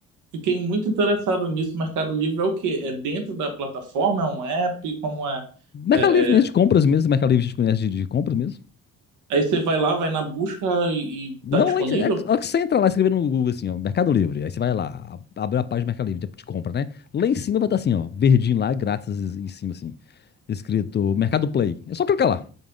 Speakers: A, on the right (about 80°); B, on the left (about 35°).
A: Fiquei muito interessado nisso. Mercado Livre é o quê? É dentro da plataforma? É um app? Como é?
B: Mercado
A: É,
B: Livre mesmo,
A: é-
B: de compras mesmo. Mercado Livre a gente conhece de, de compras mesmo.
A: Aí você vai lá, vai na busca e, e
B: Não,
A: tá disponível?
B: lá, em- é que- é que você entra lá escrevendo no Google assim, ó, Mercado Livre. Aí você vai lá, a- abre a página do Mercado Livre de de compra, né? Lá em cima vai estar assim, ó, verdinho lá, grátis em cima, assim, escrito Mercado Play. É só clicar lá.